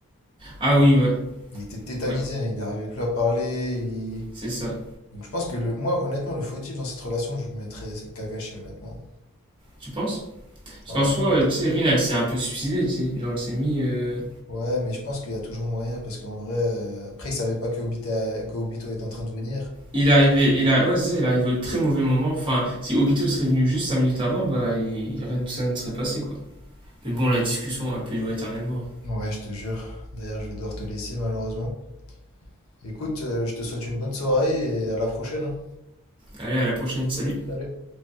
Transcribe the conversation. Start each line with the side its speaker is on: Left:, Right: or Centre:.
Right: Ah oui, ouais,
Left: Il était tétanisé,
Right: ouais,
Left: hein, il n'arrivait plus à parler. il-
Right: c'est ça.
Left: Donc je pense que le, moi, honnêtement, le fautif dans cette relation, je mettrais Kakashi, honnêtement.
Right: Tu penses? Parce
Left: Ouais.
Right: qu'en soi, euh, tu sais, Rin, elle s'est un peu suicidée, tu sais. Genre, elle s'est mis. euh,
Left: Ouais, mais je pense qu'il y a toujours moyen parce qu'en vrai, euh, après, il savait pas que Obito, que Obito est en train de venir.
Right: Il est arrivé, il a... ouais, c'est ça, il est arrivé au très mauvais moment. Enfin, si Obito serait venu juste 5 minutes avant, bah, il- rien de tout ça ne serait passé, quoi. Mais bon, la discussion, elle peut durer éternellement.
Left: Ouais, je te jure. D'ailleurs, je vais devoir te laisser malheureusement. Écoute, euh, je te souhaite une bonne soirée et à la prochaine. hein.
Right: Allez, à la prochaine, salut!
Left: Salut.